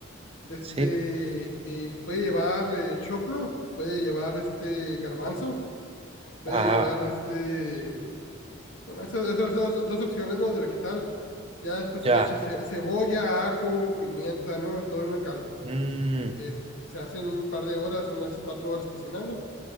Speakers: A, on the left (about 90°); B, on the right (about 30°).
A: de este,
B: Sí,
A: eh, puede llevar eh, choclo, puede llevar este garbanzo, puede
B: ah,
A: llevar este Bueno, esas, esas dos, dos opciones, ¿no? De vegetal. Ya después se
B: ya.
A: le echa ce- cebolla, ajo, pimienta, ¿no? En todo en el caldo.
B: Mm,
A: Y se, se hacen un par de horas, unas cuatro horas cocinando.